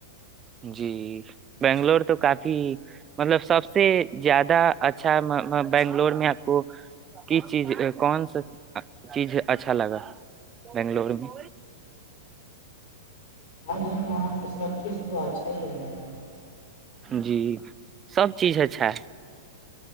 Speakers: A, on the right (about 25°); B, on the left (about 45°).
A: جی بنگلور تو کافی مطلب سب سے زیادہ اچھا بنگلور میں آپ کو کس چیز کون سا چیز اچھا لگا بنگلور میں
B: بھائی ہم وہاں پہ سب چیز تو اچھا اور لام <unintelligible>
A: جی سب چیز اچھا ہے